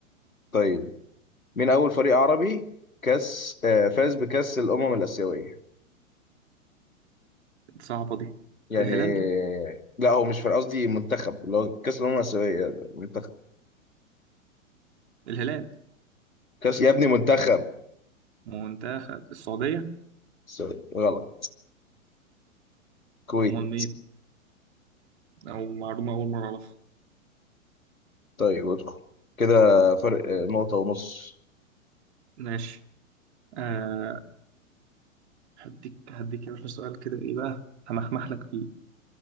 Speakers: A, on the left; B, on the right.
A: طيب مين أول فريق عربي كاس آه، فاز بكاس الأمم الآسيوية
B: صعبة دي
A: يعني
B: الهلال
A: لا هو مش فريق قصدي منتخب اللي هو كاس الأمم الآسيوية ده، منتخب
B: الهلال
A: كاس يا ابني منتخب
B: منتخب السعودية
A: سوري غلط كويت
B: أمال مين؟ أو معلومة أول مرة أعرفها
A: طيب ادخل كده فرق آه، نقطة ونص
B: ماشي آه هديك هديك يا باشا سؤال كده إيه بقى همخمح لك فيه